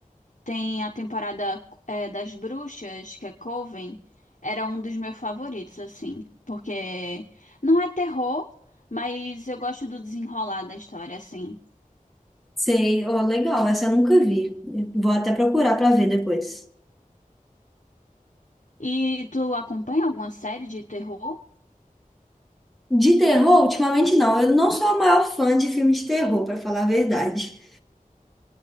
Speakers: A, on the left (about 60°); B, in the centre.
A: Tem a temporada é, das bruxas, que é Coven, era um dos meus favoritos, assim, porque não é terror, mas eu gosto do desenrolar da história, assim.
B: Sei, ó, legal, essa eu nunca vi, vou até procurar pra ver depois.
A: E tu acompanha alguma série de terror?
B: De terror, ultimamente não, eu não sou a maior fã de filme de terror, pra falar a verdade.